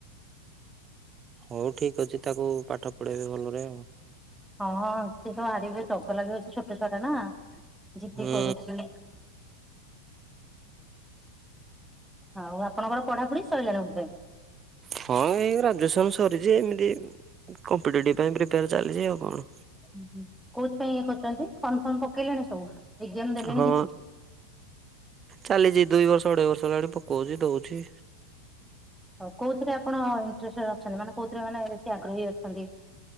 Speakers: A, on the right; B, in the centre.
A: ହଉ ଠିକ ଅଛି ତାକୁ ପାଠ ପଢେଇବେ ଭଲରେ ଆଉ।
B: ହଁ ହଁ ସିଏ ତ ଆରିବ ଚଗଲା ଛୋଟ ଛୁଆଟା ନା ଜିଦି
A: ହୁଁ
B: କରୁଛି। ଆଉ ଆପଣଙ୍କର ପଢାପଢି ଶଇଲାଣି ବଧେ।
A: ହଁ ଏଇ ଗ୍ରାଜୁଏସନ ସରିଛି ଏମିତି କମ୍ପିଟେଟିଭ ପାଇଁ ପ୍ରିପେୟାର ଚାଲିଛି ଆଉ କଣ।
B: ହୁଁ କୋଉଥିପାଇଁ ଇଏ କରୁଛନ୍ତି ଫର୍ମ ଫର୍ମ ପକେଇଲେଣି ସବୁ। ଏକ୍ଜାମ ଦେଲେଣି
A: ହଁ
B: କିଛି
A: ଚାଲିଛି ଦୁଇ ବର୍ଷ ଅଢେଇ ବର୍ଷ ହେଲାଣି ପକଉଛି ଦଉଛି।
B: ହଉ କୋଉଥିରେ ଆପଣ ଇଂଟରେଷ୍ଟଡ଼ ଅଛନ୍ତି ମାନେ କୋଉଥିରେ ମାନେ ବେଶୀ ଆଗ୍ରହୀ ଅଛନ୍ତି।